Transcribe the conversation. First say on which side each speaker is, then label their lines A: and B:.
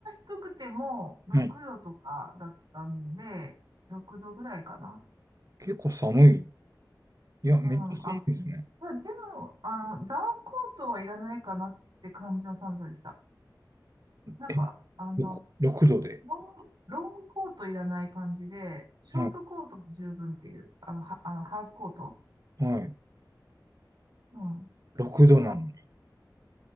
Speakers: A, on the right; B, on the right.
A: 低くても6度とかだったんで、
B: はい。
A: 6度ぐらいかな。
B: 結構寒い。いや、めっちゃ寒いですね。
A: うん。あ、まあでも、あの、ダウンコートはいらないかなって感じの寒さでした。なんか、
B: え、
A: あの、
B: 6、度で。
A: ロング、ロングコートいらない感じで、ショートコートも十分っていう、
B: はい。
A: あの、は、あの、ハーフコート。
B: はい。
A: うん。
B: 6度なのに。
A: だから、